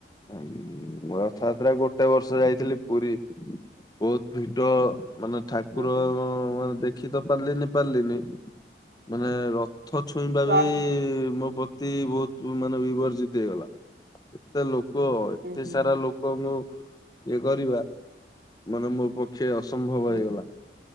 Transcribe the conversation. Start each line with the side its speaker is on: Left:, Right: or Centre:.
Left: ହ ମୁଁ ରଥଯାତ୍ରାକୁ ଗୋଟେ ବର୍ଷ ଯାଇଥିଲି ପୁରୀ। ବହୁତ ଭିଡ ମାନେ ଠାକୁର
Right: ଓହୋ
Left: ମାନେ ଦେଖି ତ ପାରିଲିନି ପାରିଲିନି ମାନେ ର ରଥ ଛୁଇଁବା
Right: ରଥ୍
Left: ବି ମୋ ପ ତି ବହୁତ ମାନେ ବିବର୍ଜିତ ହେଇଗଲା ଏତେ ଲୋକ ଏତେ
Right: ହୁଁ ହୁଁ
Left: ସାରା ଲୋକ। ଲୋକଙ୍କୁ ଇଏ କରିବା ମାନେ ମୋ ପକ୍ଷେ ଅସମ୍ଭବ
Right: ହୁଁ
Left: ହେଇଗଲା।